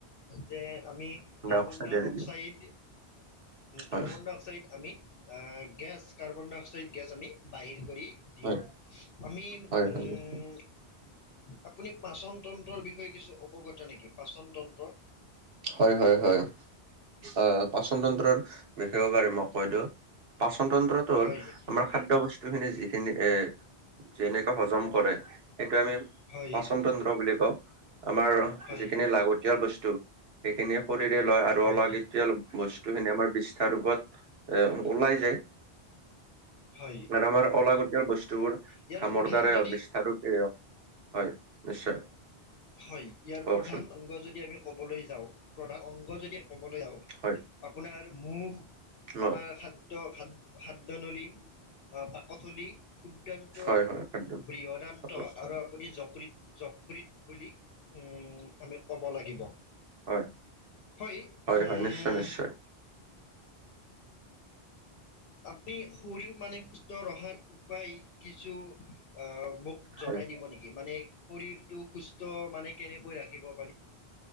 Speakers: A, on the left; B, on the right.
A: যে আমি কাৰ্বন
B: অক্সাইড
A: ডাই
B: এৰি দিওঁ
A: অক্সাইড
B: হয়।
A: কাৰ্বন ডাই অক্সাইড আমি, gas carbon dioxide gas আমি বাহিৰ কৰি। দিওঁ,
B: হয়,
A: আমি
B: হয়,
A: উম
B: হয়, নিশ্চয়
A: আপুনি পাচন তন্ত্ৰৰ বিষয়ে কিছু অৱগত নেকি পাচন তন্ত্ৰ।
B: হয় হয় হয় হয় পাচনতন্ত্ৰৰ বিষয়ে বাৰু মই কৈ দিওঁ। পাচন তন্ত্ৰতটো
A: হয়
B: হ'ল আমাৰ খাদ্যয় বস্তুখিনি যিখিনি এ যেনেকে হজম কৰে। সেইটো আমি
A: হয়
B: পাচনতন্ত্ৰ বুলি কওঁ আমাৰ
A: হয়
B: যিখিনি লাগতিয়াল বস্তু। সেইখিনিয়ে শৰৰে লয় আৰু
A: হয়
B: অলাগতিয়াল বস্তু, খিনি আমাৰ বিষ্ঠা ৰূপত এ ওলাই যায়।
A: হয়
B: আৰু আমাৰ অলাগতীয়াল বস্তুবোৰ
A: ইয়াৰ
B: খামৰ
A: প্ৰধান
B: দ্বাৰাই
A: যদি
B: হওক বিসাৰুতে হে, হয় নিশ্চয়।
A: হয় ইয়াৰ
B: কওকচোন
A: প্ৰধান অংগ যদি আমি ক'বলৈ যাওঁ প্ৰধান অংগ যদি ক'বলৈ যাওঁ।
B: হয়।
A: আপোনাৰ মুখ
B: ন
A: আপোনাৰ খাদ্য খা খাদ্যনলী পাকস্থলী, কুদান্ত
B: হয় হয় খাদ্য
A: বৃহদান্ত
B: পাকস্থলী।
A: আৰু আপুনি যক যকৃত। বুলি উম আমি ক'ব লাগিব।
B: হয়
A: হয় উম
B: হয় নিশ্চয় নিশ্চয়
A: আপুনি শৰীৰ মানে সুস্থ ৰখাত উপায় কিছু আহ মু
B: হয়
A: জনাই দিব নেকি মানে, শৰীৰটো সুস্থ মানে কেনেকৈ ৰাখিব পাৰি